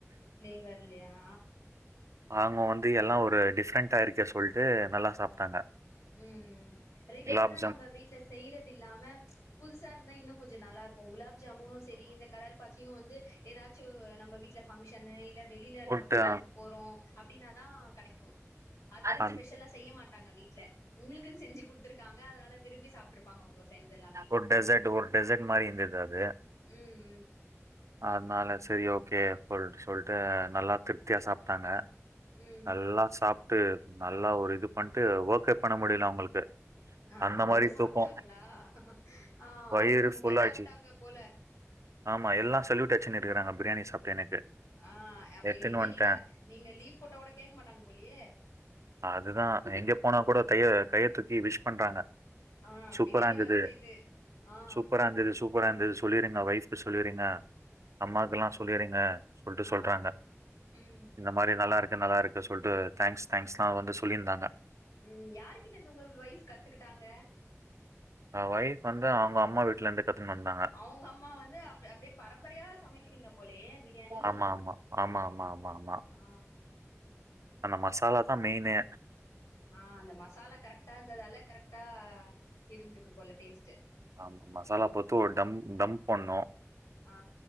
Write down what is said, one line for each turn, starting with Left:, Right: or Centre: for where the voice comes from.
Left: ஃப்ளேவர்லயா
Right: அவுங்க வந்து எல்லா ஒரு டிஃப்ரெண்ட்டாருக்கே சொல்ட்டு நல்லா சாப்ட்டாங்க
Left: ம் ம் ரெகுலரா
Right: குலாப்
Left: நம்ப வீட்ல செய்றது இல்லாம புதுசாருந்தா இன்னு கொஞ்சோ நல்லாருக்கு குலாப் ஜாமுனு செரி இந்த கடல் பாசியு வந்து எதாச்சு நம்ப வீட்ல ஃபங்ஷனு இல்ல வெளில நம்ப
Right: ஜாமுன்ட்டு
Left: கல்யாணத்துக்கு போறோ அப்டின்னாதா கெடைக்கு அதுக்குன்
Right: அந்
Left: ஸ்பெஷலா செய்ய மாட்டாங்க வீட்ல உங்ளுக்குன் செஞ்சு குடுத்துருக்காங்க அதனால விரும்பி சாப்ட்ருப்பாங்க ஒங்க ஃப்ரெண்ட்ஸ் எல்லாமே
Right: ஒரு டெசர்ட் ஒரு டெசர்ட் மாரி இருந்தது அது
Left: ம் ம்
Right: அத்னால செரி ஓகே சொல்ட்டு சொல்ட்டு நல்லா திருப்தியா சாப்ட்டாங்க
Left: ம்
Right: நல்லா சாப்ட்டு நல்லா ஒரு இது பண்ட்டு ஒர்க்கே பண்ண முடில அவுங்களுக்கு
Left: ஆ
Right: அந்த
Left: அவ்ளோ
Right: மாரி
Left: சாப்ட்டாங்களா
Right: தூக்கோ
Left: ஆ
Right: வயிறு
Left: மூக்கு முட்ட
Right: ஃபுல்லாச்சு
Left: சாப்ட்டாங்க போல
Right: ஆமா எல்லா ஸல்யூட் அச்சுனு இருக்குறாங்க பிரியாணி சாப்ட்டு எனக்கு
Left: ஆ அப்ப
Right: எத்துன்னு
Left: இனிமே
Right: வந்ட்டே
Left: நீங்க நீங்க லீவ் போட்டா கூட கேக்க மாட்டாங் போலயே
Right: அதுதா எங்க போனா கூட தைய கைய தூக்கி விஷ் பண்றாங்க
Left: ஆ
Right: சூப்பராந்தது
Left: பிரியாணி வேல செய்து ஆ
Right: சூப்பராந்தது சூ கூடா அந்த இது சொல்லிருங்கா ஒய்ஃப்கு சொல்லிருங்க அம்மாக்குலா சொல்லிருங்க சொல்ட்டு
Left: ஆ
Right: சொல்றாங்க
Left: ம்
Right: இந்த மாரி நல்லா நல்லா இருக்கு சொல்ட்டு தேங்க்ஸ் தேங்க்ஸ்லா வந்து சொல்லியிருந்தாங்க
Left: ம் யாருகிட்ட இது உங்க வைஃப் கத்துக்கிட்டாங்க
Right: அ வைஃப் வந்து அவங்க அம்மா வீட்ல இருந்து கத்துனு வந்து
Left: அவங்க அம்மா வந்து அப் அப்டியே பரம்பரையா சமைக்கிறீங்க போலயே பிரியாணி
Right: ஆமா ஆமா ஆமா ஆமா ஆமா ஆமா
Left: ஆ
Right: அந்த மசாலா தா மெயினே
Left: ஆ அந்த மசாலா கரெக்டா இருந்ததால கரெக்டா இருந்திருக்கு போல டேஸ்ட்
Right: ஆமா மசாலா பொத்து ஒரு டம் டம்ப் பண்ணோ
Left: ஆ